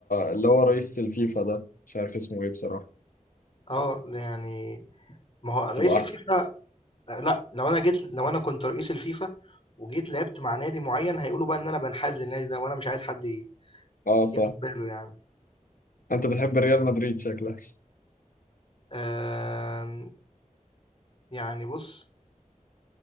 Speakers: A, on the left; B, on the left.
A: اللي هو رئيس الفيفا ده مش عارف اسمه ايه بصراحة
B: آه يعني ما هو رئيس
A: تبقى
B: الفيفا
A: أحسن
B: لا لو انا جيت لو انا كنت رئيس الفيفا وجيت لعبت مع نادي معين هيقولوا بقى ان انا بنحاز للنادي ده وانا مش عايز حد ي-
A: اه صح
B: ياخد باله يعني
A: انت بتحب ريال مدريد شكلك
B: آم، يعني بص